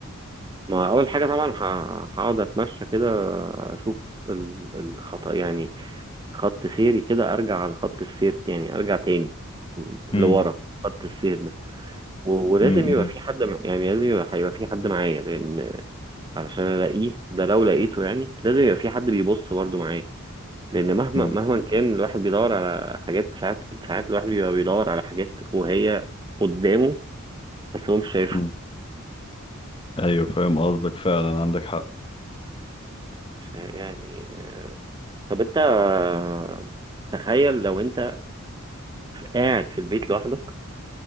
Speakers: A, on the right; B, on the left.
A: ما اول حاجه طبعا ه- هقعد اتمشى كده اشوف ال- الخط يعني خط سيري كده ارجع على خط السير يعني ارجع تاني لورا
B: مم.
A: خط السير ده و- ولازم
B: مم.
A: يبقى
B: مم.
A: في حد م- يعني لازم يبقى هيبقى في حد معايا لان علشان الاقيه ده لو لقيته يعني لازم يبقى في حد بيبص برضه معايا لان مهما
B: مم.
A: مهما كان الواحد بيدور على حاجات ساعات ساعات الواحد بيبقى بيدور على حاجات وهي قدامه بس هو مش شايفها
B: مم. ايوه فاهم قصدك فعلا عندك حق
A: <laughs> يعني طب انت آه، تخيل لو انت قاعد في البيت لوحدك